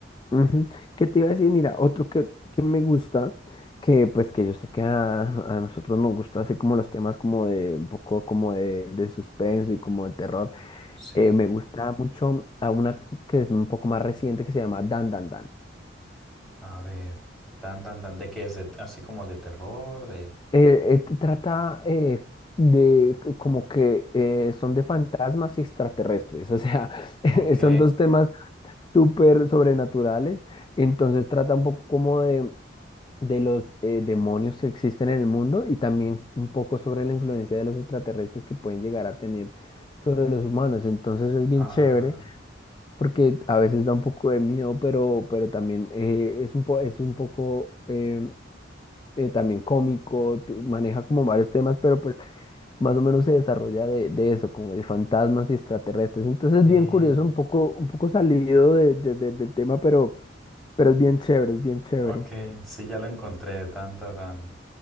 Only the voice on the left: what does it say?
Ujú. ¿Qué te iba a decir? Mira, otro que, que me gusta, que pues que yo sé que a, a nosotros nos gusta hacer como los temas como de un poco como de, de suspenso y como de terror.
Eh, me gusta mucho a una que es un poco más reciente que se llama Dan Dan Dan.
Eh, eh, t- trata eh, de c- como que eh, son de fantasmas y extraterrestres, o sea, <laughs> eh,
son dos temas súper sobrenaturales, entonces trata un poco como de de los eh, demonios que existen en el mundo y también un poco sobre la influencia de los extraterrestres que pueden llegar a tener sobre los humanos. Entonces es bien
chévere porque a veces da un poco de miedo, pero, pero también eh, es un po- es un poco eh, eh, también cómico, te- maneja como varios temas, pero pues más o menos se desarrolla de, de eso, como de fantasmas y extraterrestres. Entonces
es bien curioso, un poco, un poco salido de- de- de- del tema, pero, pero es bien chévere, es bien chévere.